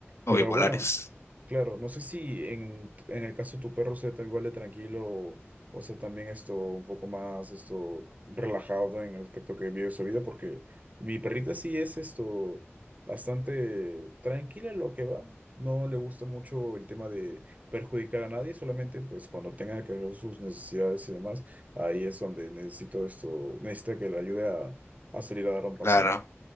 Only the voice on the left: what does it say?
o
bipolares.
Claro,